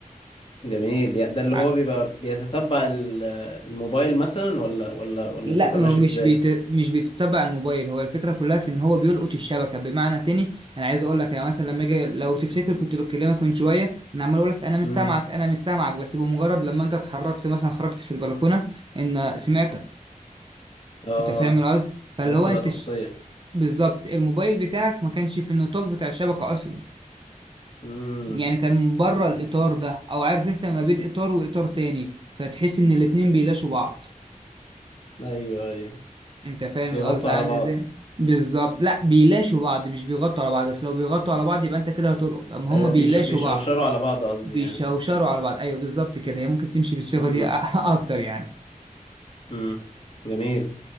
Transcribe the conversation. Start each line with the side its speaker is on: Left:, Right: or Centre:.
Left: جميل يعني ده اللي
Right: ع-
Left: هو بيبقى بيتتبع ال- الموبايل مثلا ولا ولا ولا
Right: لا
Left: بيبقى
Right: هو
Left: ماشي
Right: مش
Left: ازاي؟
Right: بيت... مش بيتتبع الموبايل هو الفكره كلها في ان هو بيلقط الشبكه بمعنى تاني انا عايز اقول لك يعني مثلا لما اجي لو تفتكر كنت بكلمك من شويه انا عمال اقول لك انا مش
Left: امم
Right: سامعك انا مش سامعك بس بمجرد لما انت اتحركت مثلا خرجت في البلكونه ان سمعت
Left: اه
Right: انت فاهم القصد فاللي
Left: طيب
Right: هو
Left: بتبقى
Right: انت
Left: تغطية
Right: ش... بالظبط الموبايل بتاعك ما كانش في النطاق بتاع الشبكة اصلا
Left: امم
Right: يعني كان من بره الاطار ده او عارف انت ما بين اطار واطار تاني فتحس ان الاتنين بيلاشوا بعض
Left: ايوه ايوه
Right: انت فاهم
Left: بيغطوا
Right: القصد عامل
Left: على بعض
Right: ازاي بالظبط لا بيلاشوا بعض مش بيغطوا على بعض اصل لو بيغطوا على بعض يبقى انت كده هتلقط اما
Left: آه،
Right: هما بيلاشوا
Left: بيش... بيشوشروا
Right: بعض
Left: على بعض قصدي
Right: بيشوشروا
Left: يعني
Right: على بعض ايوه بالظبط كده هي ممكن تمشي بالصيغة
Left: امم
Right: دي <laughs> اكتر يعني
Left: امم جميل